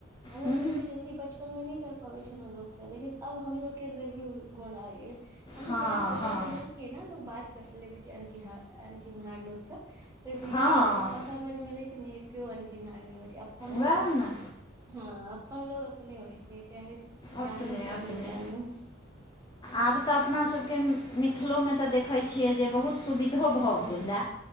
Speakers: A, on the right; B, on the left.
A: हमरो
B: हँ
A: तऽ ओते जल्दी बचपन मे नै कर परैय छलो लोक स लेकिन अब हमलोग के अन्दर भी ऊ गुण आइब गेलै हम
B: हँ
A: भी पहिले सोचे
B: हँ
A: छल्लों केना लोग बात कर लेबै छैय अनचिहा अंचिन्हार लोग स फेर धीरे-धीरे
B: हँ
A: अस समझ मे ऐलै की नै कओ अंचिन्हार नै हो छैय अपन
B: वएह ने
A: हँ अपन लोक अपने होइ छैय चाहे
B: अपने
A: जानू चाहे
B: अपने
A: नै जानू
B: आब तऽ अपना सबके मिथिलोमे तऽ देखयछिये जे बहुत सुबिधो भऽ गेलै।